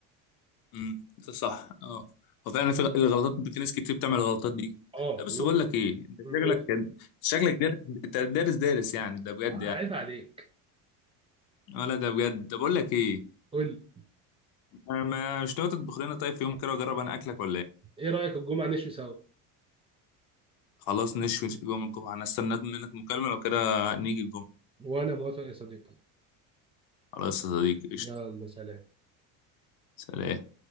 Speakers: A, on the left (about 55°); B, on the right (about 15°).
A: امم ده صح اه وفعلا في الغلطات في ناس كتير بتعمل الغلطات دي
B: اه
A: لا بس
B: و...
A: بقول لك ايه انت
B: و...
A: شكلك شكلك دارس انت دارس دارس يعني ده بجد
B: اه
A: يعني
B: عيب عليك
A: ولا ده بجد طب بقول لك ايه
B: قول لي
A: ما ما- مش ناوي تطبخ لنا طيب في يوم كده واجرب انا اكلك ولا
B: ايه رايك الجمعه نشوي سوا
A: خلاص نشوي يوم الجمعة أنا استنيت منك مكالمة لو كده نيجي الجمعة
B: وأنا موافق يا صديقي
A: خلاص يا صديقي
B: يلا
A: قشطة
B: سلام
A: سلام